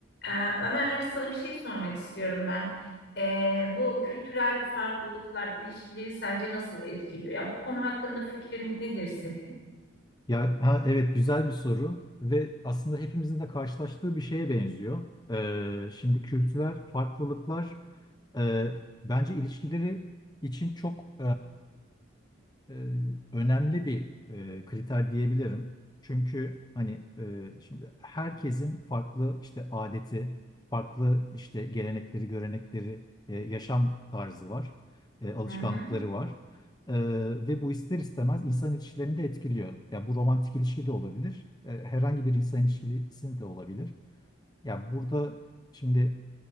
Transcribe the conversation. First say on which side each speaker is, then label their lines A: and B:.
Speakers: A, on the left; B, on the left.
A: Ee, Ömer sana bir şey sormak istiyorum ben. Ee, bu kültürel farklılıklar ilişkileri sence nasıl etkiliyor? Ya bu konu hakkında fikrin nedir senin?
B: Ya ha, evet güzel bir soru ve aslında hepimizin de karşılaştığı bir şeye benziyor. Ee, şimdi kültürel farklılıklar e, bence ilişkileri için çok e, önemli bir e, kriter diyebilirim. Çünkü hani e, şimdi herkesin farklı işte adeti, farklı işte gelenekleri, görenekleri, e, yaşam tarzı var, e, alışkanlıkları
A: Hı hı.
B: var. E, ve bu ister istemez insan ilişkilerini de etkiliyor. Ya bu romantik ilişki de olabilir, e, herhangi bir insan ilişkisi de olabilir. Ya burada şimdi